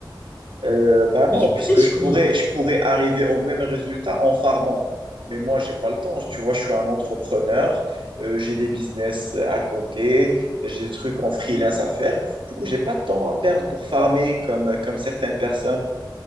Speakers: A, on the right; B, on the left.
A: Euh, bah non,
B: Mais tu
A: puisque
B: triches
A: je
B: quand
A: pourrais,
B: même.
A: je pourrais arriver au même résultat en farmant. Mais moi, j'ai pas le temps. Tu vois, je suis un entrepreneur, euh, j'ai des business à côté, j'ai des trucs en freelance à faire. Du coup, j'ai pas de temps à perdre pour farmer comme, comme certaines personnes.